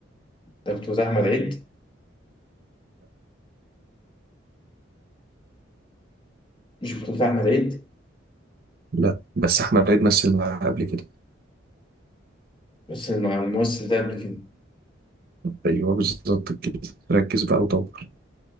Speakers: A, on the left; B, on the right.
A: ده بطولة أحمد عيد مش بطولة أحمد عيد
B: لا بس احمد عيد مثل معاه قبل كده
A: بس مع الممثل ده قبل كده
B: ايوه بالظبط كده ركز بقى ودور